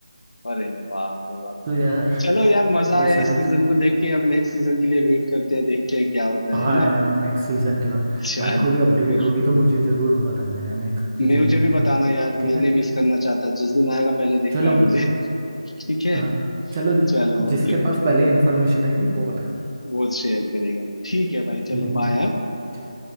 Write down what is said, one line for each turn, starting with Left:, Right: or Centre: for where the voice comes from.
Left: अरे बाप रे बाप
Right: तो यार
Left: चलो यार मजा
Right: ये
Left: आया
Right: सारी
Left: इस सीजन
Right: चीज
Left: को देख के अब नेक्स्ट सीजन के लिए वेट करते हैं देखते हैं क्या होता
Right: हाँ
Left: है है ना
Right: यार नेक्स्ट सीजन के बारे
Left: चलो
Right: भाई कोई
Left: तो
Right: अपडेट
Left: फिर
Right: होगी तो मुझे जरूर बताना यार नेक्स्ट सीजन
Left: मैं, मुझे
Right: के
Left: भी
Right: लिए
Left: बताना
Right: ना
Left: यार
Right: ठीक
Left: मैंने
Right: है
Left: मिस करना चाहता जिस दिन आएगा पहले देखना
Right: चलो
Left: है मुझे ठीक है
Right: हाँ चलो
Left: चलो
Right: जिसके
Left: ओके
Right: पास
Left: ओके
Right: पहले इन्फॉर्मेशन आएगी वो बताए
Left: वो शेयर करेगा ठीक है भाई चलो
Right: हम्म हम्म,
Left: बाय
Right: ठीक।